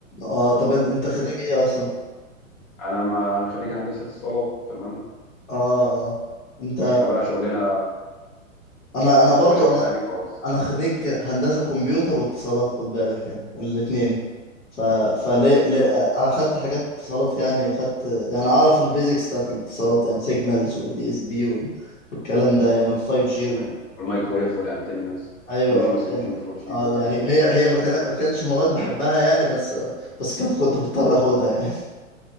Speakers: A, on the left; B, on the left.
A: اه طب ان- انت
B: تمام
A: خريج ايه اصلا
B: انا ما انا خريج هندسه اتصالات تمام
A: اه آه. انت
B: احنا بقى شغلنا
A: انا انا برضو
B: حاجة
A: انا
B: تانية خالص
A: انا خريج هندسة كمبيوتر واتصالات خد بالك يعني الاتنين ف فليه
B: طب
A: ليه
B: تمام
A: انا اخدت حاجات اتصالات يعني اخدت يعني اعرف البيزكس بتاعت الاتصالات يعني سيجنالز ودي اس بي والكلام ده يعني وال 5 جي
B: يا سلام
A: وال
B: الميكروويف والأنتنس
A: ايوه
B: 2G
A: آه،
B: و3G
A: يعني
B: وال4G والحاجات
A: اه يعني
B: دي
A: هي هي ما كان- ما كانتش مواد بحبها يعني بس بس كنت كنت بضطر اخدها يعني